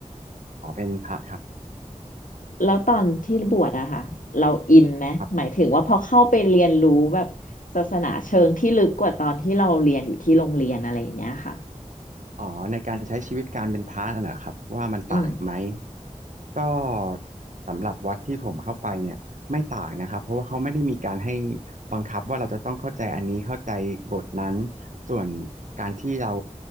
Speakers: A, on the right; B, on the left.
A: ขอเป็นพระครับ
B: แล้วตอนที่บวชอะค่ะเราอินไหมหมายถึงว่าพอเข้าไปเรียนรู้แบบศาสนาเชิงที่ลึกกว่าตอนที่เราเรียนอยู่ที่โรงเรียนอะไรอย่างเงี้ยค่ะ
A: ครับอ๋อในการใช้ชีวิตการเป็นพระน่ะครับว่ามันต่างไหม
B: อืม
A: ก็สำหรับวัดที่ผมเข้าไปเนี่ยไม่ต่างนะครับเพราะว่าเขาไม่ได้มีการให้บังคับว่าเราจะต้องเข้าใจอันนี้เข้าใจบทนั้นส่วนการที่เรา